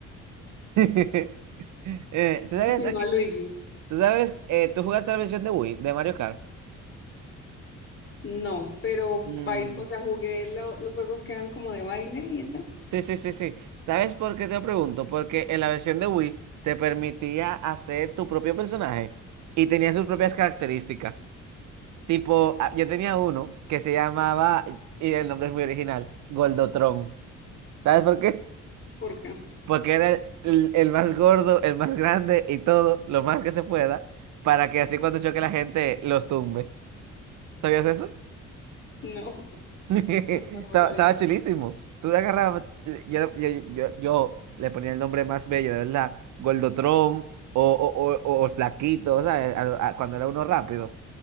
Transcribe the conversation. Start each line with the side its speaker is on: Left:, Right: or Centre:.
Right: <laughs> Eh, ¿tú sabes,
Left: o si no
Right: ok,
Left: a Luigi.
Right: ¿tú sabes, eh, tú jugaste la versión de Wii, de Mario Kart?
Left: No, pero
Right: Mm.
Left: bail, <laughs> o sea, jugué lo- los juegos que eran como de baile y eso,
Right: Sí, sí, sí, sí. ¿Sabes por qué te pregunto? Porque en la versión de Wii te permitía hacer tu propio personaje y tenía sus propias características. Tipo, ah, yo tenía uno que se llamaba, y el nombre es muy original, Goldotron. ¿Sabes por qué?
Left: porque
Right: Porque era el, el- el más gordo, el más grande y todo, lo más que se pueda, para que así cuando choque la gente los tumbe. ¿Sabías eso?
Left: no,
Right: <laughs> Estaba,
Left: <laughs> no, no sabía.
Right: estaba chulísimo. Tú le agarrabas, eh, yo, yo, yo, yo le ponía el nombre más bello, de verdad. Gordotrón o, o, o, o- o Flaquito, ¿sabes? A- a- cuando era uno rápido.